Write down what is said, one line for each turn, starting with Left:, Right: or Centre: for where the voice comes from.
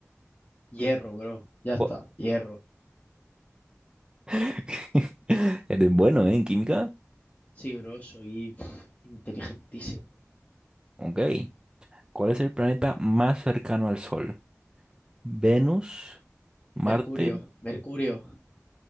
Left: Hierro, bro. Ya está.
Right: Oh,
Left: Hierro.
Right: <laughs> Eres bueno, ¿eh? En química.
Left: Sí, bro, soy pf, inteligentísimo.
Right: Ok. ¿Cuál es el planeta más cercano al Sol? ¿Venus, Marte,
Left: Mercurio, Mercurio.